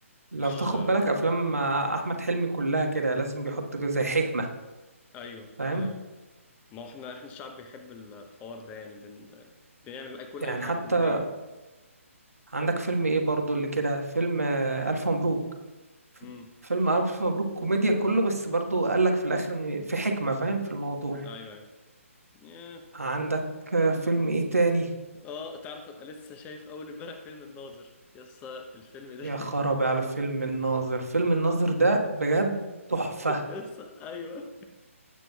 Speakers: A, on the left (about 15°); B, on the right (about 85°).
A: مش
B: لو تاخد
A: آه،
B: بالك افلام احمد حلمي كلها كده لازم بيحط جو- زي حكمه
A: ايوه
B: فاهم
A: ايوه ما هو احنا احنا الشعب بيحب ال- الحوار ده يعني بن... بنعمل اي كل
B: يعني
A: اي حاجه
B: حتى
A: كوميديه
B: عندك فيلم ايه برضو اللي كده فيلم آه، الف مبروك ف-
A: امم
B: فيلم الف مبروك كوميديا كله بس برضو قال لك في الاخر ان في حكمه فاهم في الموضوع
A: ايوه ايوه ياه.
B: عندك آه، فيلم ايه تاني
A: اه تعرف انا لسه شايف اول امبارح فيلم الناظر يس الفيلم ده
B: يا خرابي
A: <laughs>
B: على فيلم الناظر فيلم الناظر ده بجد تحفه
A: يس ايوه